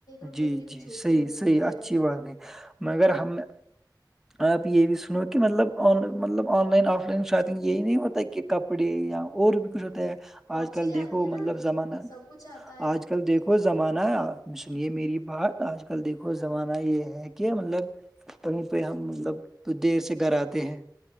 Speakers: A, on the left; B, in the centre.
A: روپے
B: جی
A: کی بھی
B: جی
A: چھوٹ
B: صحیح
A: نہیں ملتی
B: صحیح
A: ہے
B: اچھی بات ہے مگر ہم آپ یہ بھی سنو کہ مطلب آن مطلب online offline shopping یہی نہیں ہوتا کہ کپڑے یا اور بھی کچھ ہوتا ہے
A: پہنچی
B: آج کل
A: جاتی
B: دیکھو
A: ہے نا
B: مطلب زمانہ
A: سب کچھ آتا ہے
B: آج کل دیکھو ہو زمانہ ہے آپ سنیے میری بات آج کل دیکھو زمانہ یہ ہے کہ مطلب وہیں پہ ہم مطلب دیر سے گھر آتے ہیں